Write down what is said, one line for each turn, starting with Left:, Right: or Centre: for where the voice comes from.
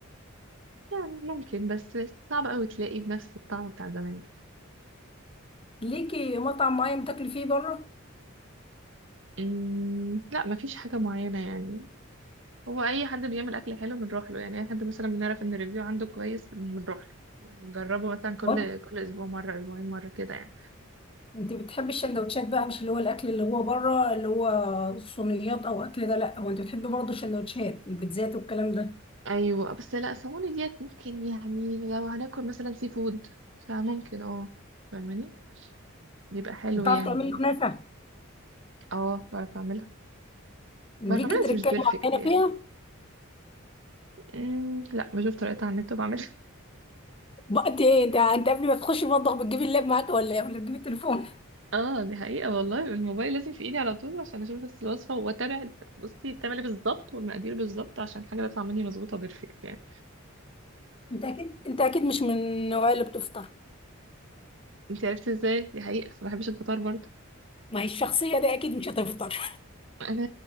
Right: يعني ممكن بس صعب قوي تلاقيه بنفس الطعم بتاع زمان
Left: ليكي مطعم معين بتاكلي فيه بره
Right: أمم، لا مفيش حاجة معينة يعني هو أي حد بيعمل أكل حلو بنروح له يعني أي حد مثلا بنعرف إن الريفيو عنده كويس بنروح له نجربه مثلا كل
Left: هو
Right: كل أسبوع مرة أسبوعين مرة كده يعني
Left: انت بتحبي السندوتشات بقى مش اللي هو الاكل اللي هو بره اللي هو الصينيات او اكل ده لا هو انت بتحبي برضه السندوتشات البيتزات والكلام ده
Right: أيوة بس لا سووني ديت ممكن يعني لو هناكل مثلا سي فود فممكن اه فاهماني بيبقى حلو
Left: وبتعرفي
Right: يعني
Left: تعملي كنافه
Right: اه بعرف أعملها
Left: ليكي
Right: بعرف أعملها
Left: تركايه
Right: بس مش بيرفكت
Left: معينه
Right: يعني
Left: فيها
Right: أمم، لا بشوف طريقتها على النت وبعملها
Left: بقى انت انت انت قبل ما تخشي المطبخ بتجيبي اللاب معاك ولا ايه ولا بتجيبي التليفون
Right: اه دي حقيقة والله الموبايل لازم في ايدي على طول عشان اشوف بس الوصفة واتابع بصي بتعمل ايه بالظبط والمقادير بالظبط عشان حاجة تطلع مني مظبوطة بيرفكت يعني
Left: انت اكيد انت اكيد مش من النوعيه اللي بتفطر
Right: انت عرفتي ازاي دي حقيقة ما بحبش الفطار برضه
Left: ما هي الشخصيه دي اكيد مش هتفطر
Right: انا